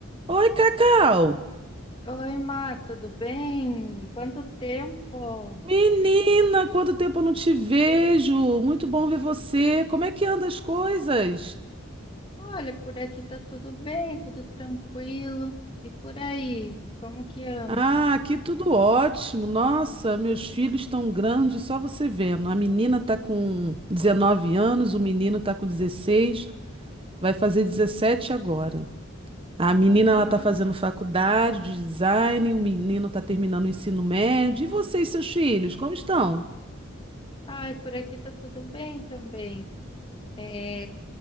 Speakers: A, on the right (about 25°); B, on the left (about 25°).
A: Oi, Cacau!
B: Oi, Má, tudo bem? Quanto tempo?
A: Menina, quanto tempo eu não te vejo! Muito bom ver você. Como é que anda as coisas?
B: Olha, por aqui tá tudo bem, tudo tranquilo. E por aí, como que anda?
A: Ah, aqui tudo ótimo. Nossa, meus filhos estão grandes, só você vendo. A menina tá com 19 anos, o menino tá com 16, vai fazer 17 agora. A menina
B: Nossa,
A: ela tá fazendo faculdade de design, o menino tá terminando o ensino médio. E vocês, seus filhos, como estão?
B: ai, por aqui tá tudo bem também. É,